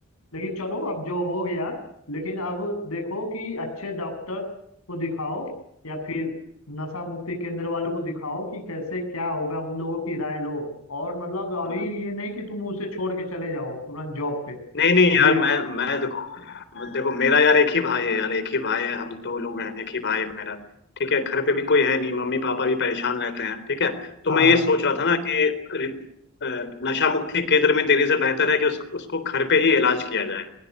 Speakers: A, on the left; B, on the left.
A: लेकिन चलो अब जो हो गया लेकिन अब देखो कि अच्छे डॉक्टर को दिखाओ या फिर नशा मुक्ति केंद्र वालों को दिखाओ कि कैसे क्या होगा उन लोगों की राय लो और मतलब अभी
B: हाँ।
A: ये नहीं कि तुम उसे छोड़ के चले जाओ तुरंत जॉब पे
B: नहीं नहीं
A: अभी
B: यार मैं मैं देखो देखो मेरा यार एक ही भाई है यार एक ही भाई है हम दो लोग हैं एक ही भाई है मेरा ठीक है घर पे भी कोई है नहीं मम्मी पापा भी परेशान रहते हैं ठीक है तो
A: हाँ
B: मैं ये सोच रहा था ना कि रि- अ, नशा मुक्ति केंद्र में देने से बेहतर है कि उस, उसको घर पे ही इलाज किया जाए